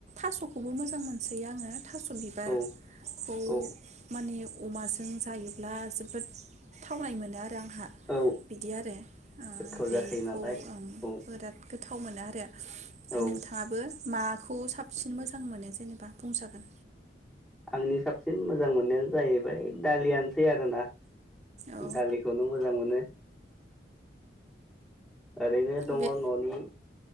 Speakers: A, on the right; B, in the centre.
A: थास'खौबो मोजां मोनसोयो आङो थास' बिबारखौ
B: औ औ
A: माने अमाजों जायोब्ला जोबोद थावनाय मोनो आरो। आंहा
B: औ
A: बिदि आरो
B: गोथाव
A: बेखौ
B: जाखायो नालाय औ
A: बिराद गोथाव गोथाव मोनो आरो ओमफ्राय
B: औ
A: नोंथाङाबो माखौ साबसिन मोजां मोनो जेनेबा बुंजागोन
B: आंनि साबसिन मोजां मोननायानो जाहैबाय दालियानोसै आरो ना।
A: औ
B: दालिखौनो मोजां मोनो ओरैनो दङ
A: बे
B: ननि